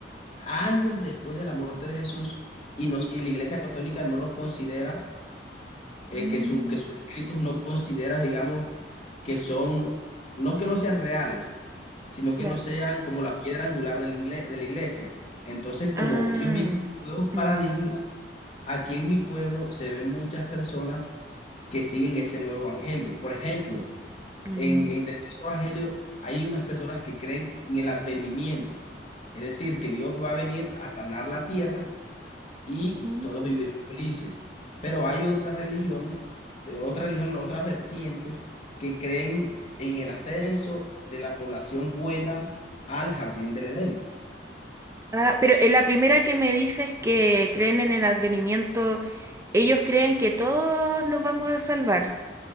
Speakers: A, on the left; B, on the right.
A: años después de la muerte de Jesús y, nos, y la Iglesia Católica no los considera eh,
B: mm,
A: que, su- que sus escritos no consideras, digamos, que son, no que no sean reales, sino
B: claro.
A: que no sean como la piedra angular del ingle- de la iglesia. Entonces, como
B: Ah,
A: ellos vienen de nuevos
B: mm,
A: paradigmas, aquí en mi pueblo se ven muchas personas que siguen ese nuevo evangelio. Por ejemplo,
B: mm,
A: en, en dentro de ese evangelio hay unas personas que creen en el advenimiento, es decir, que Dios va a venir a sanar la tierra y
B: mm.
A: todos vivirán felices. Pero hay otras religiones, de otras religiones, otras vertientes que creen en el ascenso de la población buena al jardín del Edén.
B: Ah, pero en la primera que me dices que creen en el advenimiento, ellos creen que todos nos vamos a salvar.